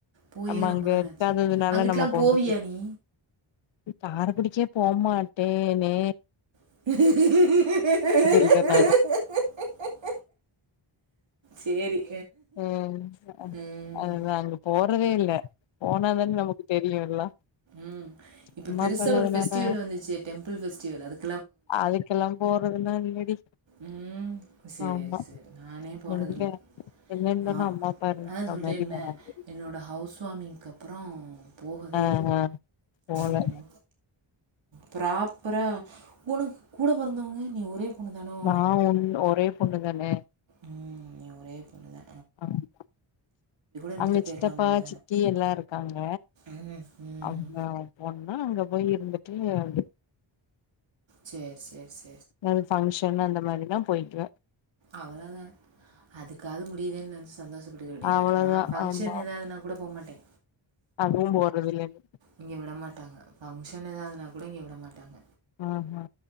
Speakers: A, on the right (about 65°); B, on the left (about 65°).
A: போயே
B: ஆமா
A: ரொம்ப
B: அங்க
A: நாள்
B: இருக்காததுனால
A: ஆச்சு. அங்கிட்டுலாம்
B: நமக்கு
A: போவியா
B: ஒன்னு தெரிய
A: நீ?
B: நி காரைக்குடிக்கே போ மாட்டேனே
A: <unintelligible>
B: இல்ல நானு
A: சரி.
B: ‌ம் அது
A: ம்.
B: அதுதான்ங்க போறதே இல்ல போனாதன நமக்கு தெரியு எல்லா
A: ம் இப்ப
B: அம்மா
A: பெருசா
B: அப்பா இல்லாதனால
A: ஒரு ஃபெஸ்டிவல் வந்துச்சு டெம்பிள் பெஃஸ்டிவல் அதுக்கு
B: அதுக்கெல்லா போறதுல்லா இல்லடி
A: ம் சேரி
B: ஆமா
A: சேரி நானே போறதுல
B: எங்க எங்க இருந்தாலு
A: ஆ
B: அம்மா அப்பா இருந்துக்கிற
A: அதா சொல்றே
B: மாரி
A: இல்ல
B: வராது
A: என்னோட ஹவுஸ் வார்மிங்க்கு அப்புறோ போகவே
B: ஆ
A: இல்ல
B: ஆ போல
A: ம். ப்ராப்பரா உனக்கு கூட பொறந்தவங்க நீ ஒரே பொண்ணு தானோ?
B: நா ஒன் ஒரே பொண்ணு தானே
A: ம் நீ ஒரே பொண்ணுதா
B: ஆமா
A: இருந்துட்டு
B: அங்க
A: போயிரலாம்
B: சித்தப்பா
A: போல.
B: சித்தி எல்லா இருக்காங்க
A: ம். ம்.
B: அவங்க ஒன்னா அங்க போய் இருந்துட்டு வந்
A: சேரி சேரி சேரி
B: ஏதாவது ஃபங்க்ஷன் அந்த மாரினா போயிடுவே
A: அவ்வளாதா அதுக்காவது முடியுதுதேன்னு நெனச்சி சந்தோஷப்பட்டுக்க வேண்டியதுதா
B: அவ்ளோதா
A: நா ஃபங்க்ஷன்
B: ஆமா
A: ஏதாவதுன்னா கூட போமாட்டே
B: அதுவு போடுரதில்லங்க
A: இங்கே விடமாட்டாங்க ஃபங்க்ஷன் எதாவதுனா கூட இங்கே விட மாட்டாங்க
B: ஆஹஹா